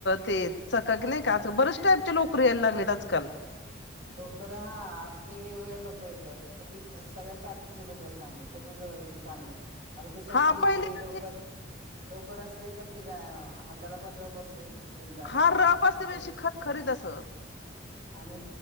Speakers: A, on the left; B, on the right.
A: ते चककी नाही का आजकाल बरेच टाईपच्या लोकरी यायला लागलेत आजकाल
B: लोकर हा आता ते वेगवेगळ्या लोकर येतात पण ते सगळ्याच आधीच लवकर चांगली त्याचच म्हणजे चांगल आता ते चमकी
A: हा पहिली
B: ते लवकर
A: कशी
B: लोकर असते पण ती काय हाताला पण रप असते विणताना
A: हा रफ असते म्हणजे
B: त्यात
A: अशी खरखरीत असं
B: आणि